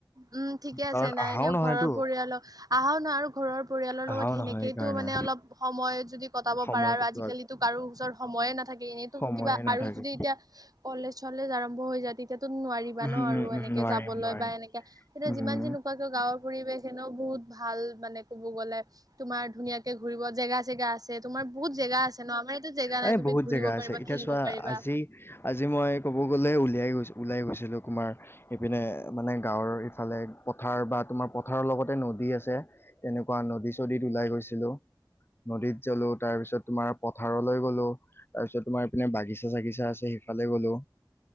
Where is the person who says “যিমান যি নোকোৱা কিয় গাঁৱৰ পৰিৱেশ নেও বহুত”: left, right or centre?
Right